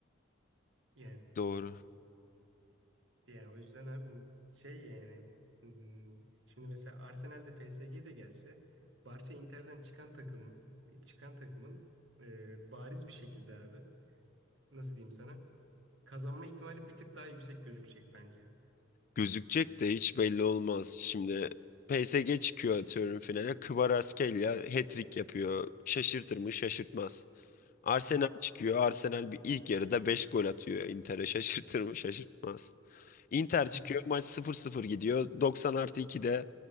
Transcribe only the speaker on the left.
Doğru.
Gözükecek de hiç belli olmaz. Şimdi PSG çıkıyor atıyorum finale. Kvaratskhelia hat-trick yapıyor. Şaşırtır mı? Şaşırtmaz. Arsenal
çıkıyor. Arsenal bir ilk yarıda 5 gol atıyor Inter'e. <laughs> Şaşırtır mı? Şaşırtmaz. Inter
çıkıyor. Maç sıfır sıfır gidiyor. doksan artı 2'de